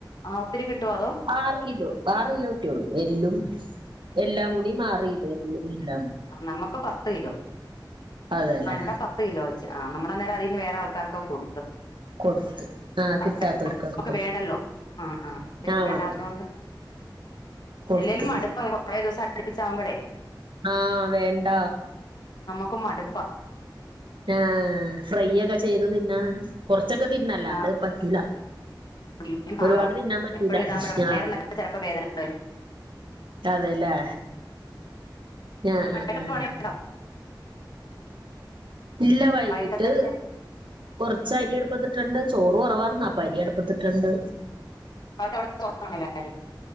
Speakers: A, on the left; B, on the right.
A: ആഹ് ഒത്തിരി കിട്ടുവോ അതോ
B: ആറ് കിലോ ആറ് കിലോ ഇട്ടിയൊള്ളു എല്ലും- എല്ലാം കൂടിമാറിയില്ല രീതില്ല
A: ആ നമ്മക്ക് പത്ത് കിലോ
B: അതല്ലേ
A: ആ ഇവിടെ പത്ത് കിലോ വെച്ച് ആ നമ്മളാനേരം അതിൽന്ന് വേറെ ആൾക്കാർക്കക്ക ക്കൊടുത്തു
B: കൊടുത്ത് ആഹ് കിട്ടാത്തവർക്കൊക്കെ
A: അത്ര <unintelligible> നമ്മൾക്ക്
B: കൊടുത്ത്
A: വേണ്ടല്ലോ ആ ആ ഒത്തിരി
B: ആഹ്
A: വേണ്ടാത്തൊണ്ട്
B: കൊടുത്ത്
A: എല്ലെലും മടുപ്പ കൊറെ ദിവസം അടുപ്പിച്ചാവുമ്പോഴേ
B: ആ വേണ്ട
A: ക്കു മടുപ്പാ
B: ആ ഫ്രൈ ഒക്കെ ചെയ്തു നിന്നാ കൊ പച്ചക്കെ തിന്നാം അല്ലാണ്ട്
A: ആഹ്
B: പറ്റൂല
A: പിന്നേം പാടാ
B: ഒരുപാട് തിന്നാൻ പറ്റൂല
A: എപ്പഴും ഇതാവുമ്പഴേ
B: ആ
A: വയറിനൊക്കെ ചെലപ്പോ വേദന വരും
B: അതെല്ലേ ആ
A: വൈകിട്ടത്തെ
B: ആ ആ
A: പണിയുണ്ടോ
B: ഇല്ല വൈകീട്ട്
A: വൈകിട്ടത്തെ
B: കൊറച്ച് അരി അടുപ്പത്തിട്ടുണ്ട് ചോറ് കുറവായിന്ന് അപ്പൊ അരി അടുപ്പത്തിട്ടുണ്ട്
A: വൈകിട്ട് അവിടെ ചോറാതിന്നണല്ലാരും